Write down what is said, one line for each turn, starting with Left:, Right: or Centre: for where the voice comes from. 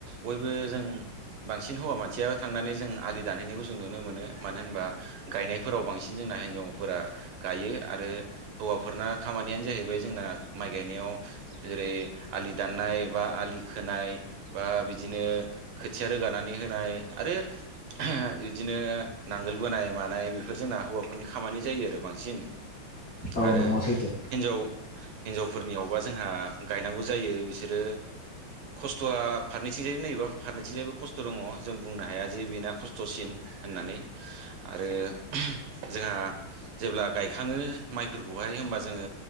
Right: बयबो जों बांसिन हौवा मानसियाबो थांनानै जों आलि दानहैनायखौ जों नुनो मोनो मानो होनबा गायनायफोराव बांसिन जोंना हिन्जावफोरा गायो आरो हौवाफोरना खामानियानो जाहैबाय जोंना माइ गायनायाव जेरै आलि दाननाय बा आलि खोनाय बा बिदिनो खोथिया रोगानानै होनाय आरो बिदिनो नांगोल बोनाय मानाय बेफोर जोंना हौवाफोरनि खामानि जायो आरो बांसिन
Left: औ
Right: आरो
Left: नंगौ सैथो
Right: हिन्जाव हिनजावफोरनियावबा जोंहा गायनांगौ जायो बिसोरो खस्थ'आ फारनथिंजाय नायोबा फारनैथिंजायबो खस्थ' दङ जों बुंनो हाया जे बेना खस्थ'सिन होननानै आरो जोंहा जेब्ला गायखाङो माइफोरखौहाय होमबा जोङो